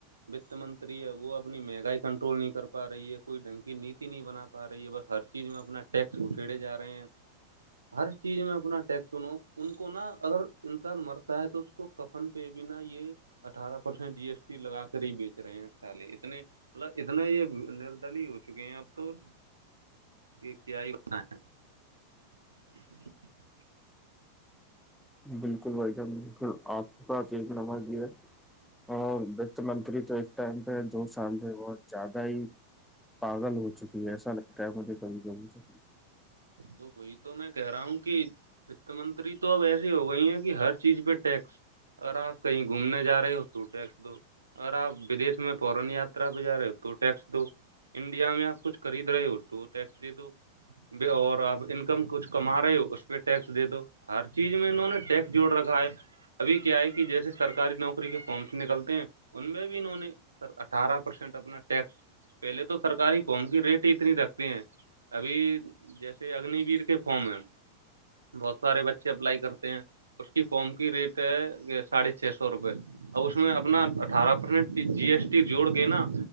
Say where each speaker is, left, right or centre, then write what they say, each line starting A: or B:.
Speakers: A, on the right; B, in the centre.
A: وت منتری ہے وہ اپنی مہنگائی کنٹرول نہیں کر پا رہی ہے کوئی ڈھنگ کی نیتی نہیں بنا رہی ہے بس ہر چیز میں اپنا ٹیکس اٹھیڑے رہے ہیں ہر چیز میں اپنا ٹیکسنوں ان کو نا اگر انسان مرتا ہے تو اس کو کفن پہ بھی نہ یہ اٹھارہ پرسینٹ جی ایس ٹی لگا کر ہی بیچ رہے ہیں سالے اتنے مطلب اتنا یہ نردلی ہو چکے ہیں اب تو یہ کیا ہی بتیں <inaudible>
B: بالکل بٹان بالکل آپ کو کیا ت نمر دی ہے اور وت منتری تو اس ٹائم پہ دو سال تھ وہ زیادہ ہی پاگل ہو چکی ہے ایسا لگتا ہے مجھے کبھی کبھی سے
A: تو وہی تو میں کہہ رہا ہوں کہ وت منتری تو اب ایسی ہو گئی ہیں کہ ہر چیز پہ ٹیکس اگر آپ کہیں گھومنے جا رہے ہو تو ٹیکس دو اگر آپ ودش میں فورن یاترا پہ جا رہے ہو تو ٹیکس دو انڈیا میں آپ کچھ خرید رہے ہو تو ٹیکس دے دو اور آپ انکم کچھ کما رہے ہو اس پہ ٹیکس دے دو ہر چیز میں انہوں نے ٹیکس جوڑ رکھا ہے ابھی کیا ہے کہ جیسے سرکاری نوکری کے فارمس نکلتے ہیں ان میں بھی انہوں نے سر اٹھارہ پرسینٹ اپنا ٹیکس پہلے تو سرکاری فارم کی ریٹ ہی اتنی رکھتے ہیں ابھی جیسے اگنی ویر کے فارم ہے بہت سارے بچے اپلائی کرتے ہیں اس کی فارم کی ریٹ ہے ساڑھے چھ سو روپے اور اس میں اپنا اٹھارہ پرسینٹ جی ایس ٹی جوڑ کے نا